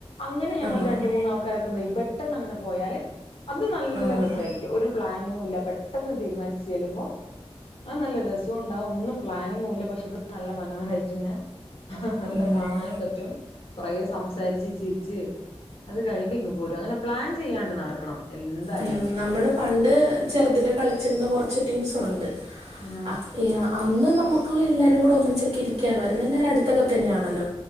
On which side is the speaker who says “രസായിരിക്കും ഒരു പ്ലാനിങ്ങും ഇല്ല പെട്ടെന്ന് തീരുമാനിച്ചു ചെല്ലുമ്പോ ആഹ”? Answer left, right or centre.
Left